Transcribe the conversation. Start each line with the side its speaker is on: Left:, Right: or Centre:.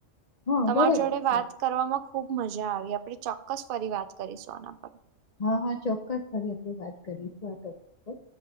Left: હા
Right: તમાર
Left: બરોબર
Right: જોડે
Left: છે.
Right: વાત કરવામાં ખુબ મજા આવી આપણે ચોક્કસ ફરી વાત કરીશું આના પર
Left: હા હા ચોક્કસ ફરી આપણે વાત કરીશું આ ટોપિક પર.